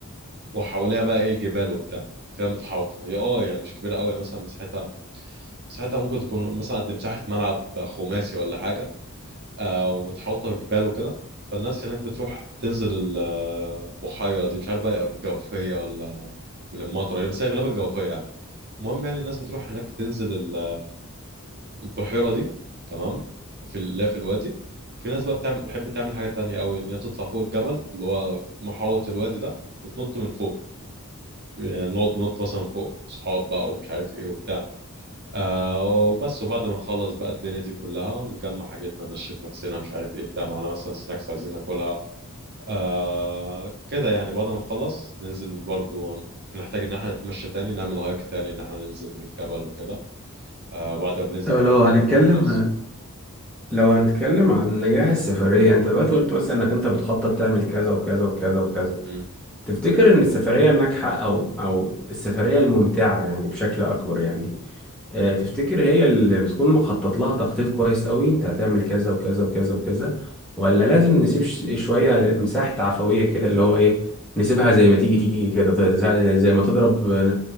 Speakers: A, on the right; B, in the centre.
A: وحواليها بقى ايه جبال وبتاع فيها متحوطة هي اه يعني مش كبيرة قوي يعني مثلا مساحتها مساحتها ممكن تكون مثلا قد مساحة ملعب خماسي ولا حاجة آه، ومتحوطه بجبال وكده فالناس هناك بتروح تنزل ال- البحيره دي مش عارف بقى جوفيه ولا من المطره يعني، بس هي غالبا جوفيه يعني المهم يعني الناس بتروح هناك تنزل ال- البحيره دي تمام في ال- اللي هي في الوادي وفي ناس بقى بتعمل بتحب تعمل حاجه تانية قوي ان هي تطلع فوق الجبل اللي هو محاوط الوادي ده وتنط من فوق يعني نقعد ننط مثلا من فوق اصحاب بقى ومش عارف ايه وبتاع آه وبس وبعد ما نخلص بقى الدنيا دي كلها نجمع حاجتنا نشف نفسنا مش عارف ايه بتاع معانا مثلا سناكس عايزين ناكلها آه كده يعني بعد ما نخلص ننزل برضو نحتاج ان احنا نتمشى تاني نعمل هايك تاني ان احنا ننزل من الجبل وكده آه بعد ما بننزل
B: طب
A: من
B: لو
A: الجبل
B: هنتكلم
A: نرجع الباص
B: لو هنتكلم عن نجاح السفرية انت دلوقتي قلت مثلا انك انت بتخطط تعمل كذا وكذا وكذا وكذا
A: م-
B: تفتكر ان السفرية الناجحة او او السفرية الممتعة يعني بشكل اكبر يعني آه، تفتكر هي اللي بتكون مخطط لها تخطيط كويس قوي انت هتعمل كذا وكذا وكذا وكذا ولا لازم نسيب ش- شوية مساحة عفوية كده اللي هو ايه نسيبها زي ما تيجي تيجي كده زي زي ما تضرب ن-